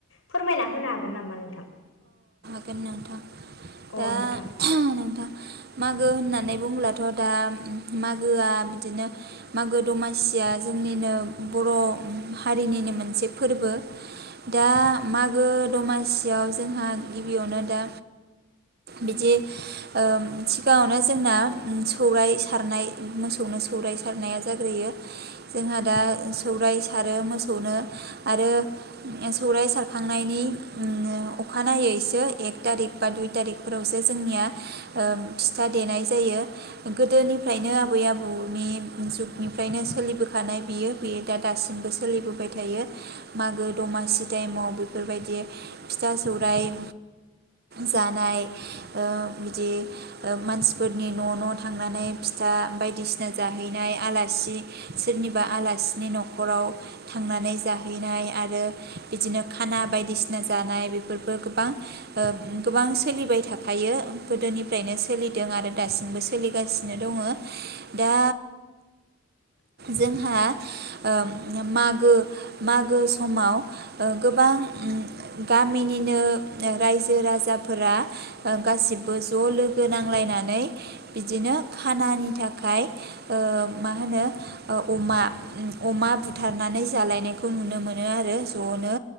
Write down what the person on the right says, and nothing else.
गोन नोंथां
दा
नोंथां मागो होननानै बुंओब्लाथ' दा मागोआ बिदिनो मागो दमासिया जोंनिनो बर' हारिनिनो मोनसे फोरबो दा मागो दमासि बियाव जोंहा गिबियावनो दा बिदि ओ सिगाङावनो जोंना सौराय सारनाय मोसौनो सौराय सारनाया जाग्रोयो जोंहा दा सौराय सारो मोसौनो आरो सौराय सारखांनायनि ओ अखानायैसो एक थारिख बा दुइ थारिखफोरावसो जोंनिया ओ फिथा देनाय जायो गोदोनिफ्रायनो आबै आबौनि जुगनिफ्रायनो सोलिबोखानाय बियो बेयो दा दासिमबो सोलिबोबाय थायो मागो दमासि टाइमाव बेफोरबायदि फिथा सौरायाइ जानाय ओ बिदि मानसिफोरनि न-न थांनानै फिथा बायदिसिना जाहैनाय आलासि सोरनिबा आलासिनि नखराव थांनानै जाहैनाय आरो बिदिनो खाना बायदिसिना जानाय बेफोरबो गोबां ओ गोबां सोलिबाय थाखायो गोदोनिफ्रायनो सोलिदों आरो दासिमबो सोलिगासिनो दङ दा जोंहा ओ मागो-मागो समाव गोबां गामिनिनो ओ रायजो राजाफोरा गासिबो ज लोगो नांलायनानै बिदिनो खानानि थाखाय ओ मा होनो अमा-अमा बुथारनानै जालायनायखौ नुनो मोनो आरो जनो